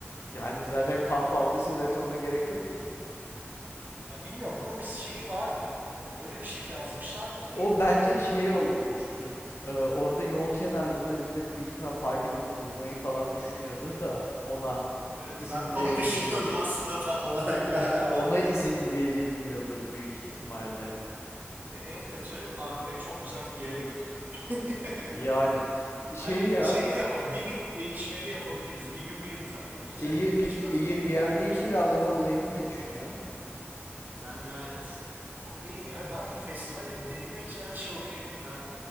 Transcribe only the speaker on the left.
Yani zaten kamp aldıysa zaten ona gerek yok ki.
O
bence
şey olmuştur. Ee, orada yol kenarlarında millet büyük ihtimal park edip uyumayı falan düşünüyordur da ona
izin
verilmeyecek.
Ona izin verilmiyordur büyük ihtimalle.
Yani şey
ya,
iyi
peki
Airbnb
kiralama olayını ne düşünüyorsun?